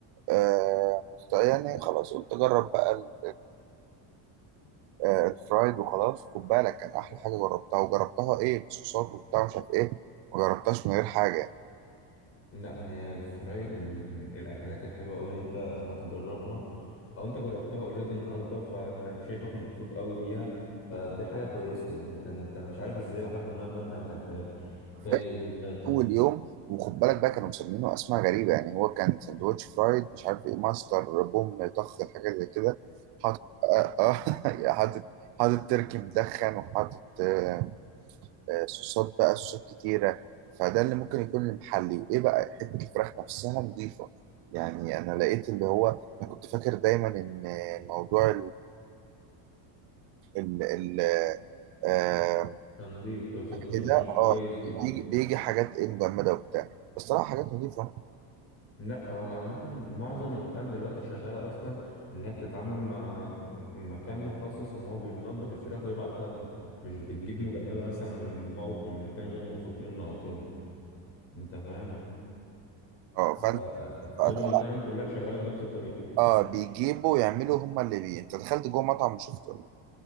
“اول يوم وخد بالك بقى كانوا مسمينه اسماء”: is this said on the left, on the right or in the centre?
Right